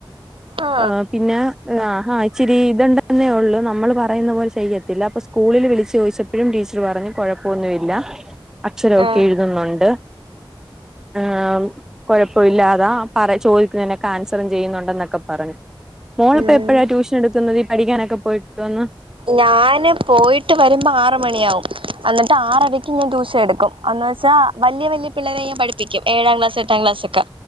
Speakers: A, on the right; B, in the centre.
A: ആഹ്
B: ആഹ് പിന്നെ ആഹ് ഇച്ചിരി ഇത്ണ്ടന്നേ ഉള്ളൂ നമ്മൾ പറയുന്ന പോലെ ചെയ്യത്തില്ല അപ്പൊ സ്കൂളിൽ വിളിച്ചു ചോദിച്ചപ്പോഴും ടീച്ചർ പറഞ്ഞു കുഴപ്പമൊന്നുമില്ല അക്ഷരമൊക്കെ
A: ആഹ്
B: എഴുതുന്നുണ്ട് ആഹ്, കൊഴപ്പവില്ല അതാ പറ ചോദിക്ണേന്നൊക്കെ ആൻസറും ചെയ്യുന്നുണ്ട ന്നൊക്കെ പറഞ്ഞു. മോളപ്പോ
A: ഉം
B: എപ്പോഴാ ട്യൂഷൻ എടുക്കുന്നത് ഈ പഠിക്കാനൊക്കെ പോയിട്ടു വന്ന്
A: ഞാന് പോയിട്ട് വരുമ്പോ ആറ് മണിയാവും അന്നിട്ട് ആറരയ്ക്ക് ഞാൻ ട്യൂഷനെടുക്കും അന്ന വെച്ചാ വലിയ വലിയ പിള്ളേരെ ഞാൻ പഠിപ്പിക്കും ഏഴാം ക്ലാസ് എട്ടാം ക്ലാസ് ഒക്കെ